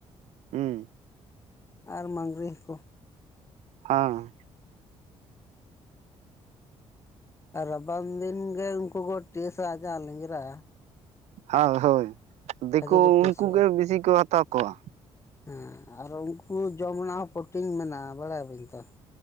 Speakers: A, on the right; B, on the left.
A: ᱦᱩᱸ᱾
B: ᱟᱨ ᱢᱟᱝᱜᱽᱨᱤ ᱦᱟᱹᱠᱩ᱾
A: ᱟᱸ᱾
B: ᱟᱨ ᱨᱟᱵᱟᱝ ᱫᱤᱱ ᱜᱮ ᱩᱱᱠᱩ ᱠᱚ ᱴᱮᱥᱟ ᱡᱟᱦᱟᱸ ᱞᱮᱸᱡᱽᱨᱟ᱾
A: ᱦᱳᱭ ᱦᱳᱭ, ᱫᱤᱠᱩ
B: ᱠᱟᱡᱮ ᱠᱚ ᱴᱮᱥᱚᱜᱼᱟ
A: ᱩᱱᱠᱩ ᱜᱮ ᱵᱤᱥᱤ ᱠᱚ ᱦᱟᱛᱟᱣ ᱠᱚᱣᱟ᱾
B: ᱦᱮᱸ ᱟᱨ ᱩᱱᱠᱩ ᱡᱚᱢ ᱨᱮᱱᱟᱜ ᱦᱚᱸ ᱯᱨᱳᱴᱤᱱ ᱢᱮᱱᱟᱜᱼᱟ᱾ ᱵᱟᱲᱟᱭᱟᱵᱤᱱ ᱛᱚ?